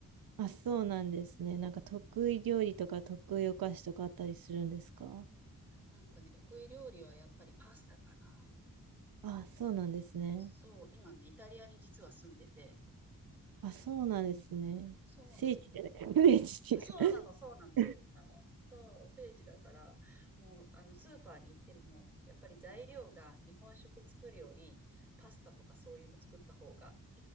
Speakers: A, on the right; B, in the centre.
A: あ、そうなんですね。なんか得意料理とか得意お菓子とかあったりするんですか
B: なんかね、得意料理はやっぱりパスタかな。
A: あ、そうなんですね。
B: そう、今ね、イタリアに実は住んでて、
A: あ、そうなんですね。
B: そうなんです。
A: 聖地じゃないですか。<laughs> 聖地って
B: <laughs> そうなの、そうなの、聖地なの。
A: いう
B: そう、聖地だから、もう、あの、スーパーに行っても、やっぱり材料が日本食作るより、パスタとかそういうの作った方が、